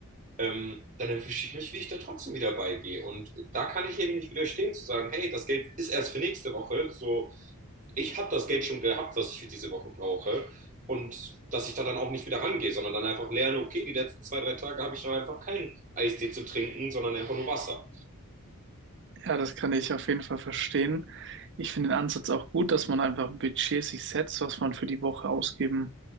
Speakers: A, on the right; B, on the right.
A: ähm, dann erwische ich mich, wie ich da trotzdem wieder beigehe. Und da kann ich eben nicht widerstehen, zu sagen, hey, das Geld ist erst für nächste Woche, so ich habe das Geld schon gehabt, was ich für diese Woche brauche. Und dass ich da dann auch nicht wieder rangehe, sondern dann einfach lerne, okay, die letzten zwei, drei Tage habe ich dann einfach keinen Eistee zu trinken, sondern einfach nur Wasser.
B: Ja, das kann ich auf jeden Fall verstehen. Ich finde den Ansatz auch gut, dass man einfach ein Budget sich setzt, was man für die Woche ausgeben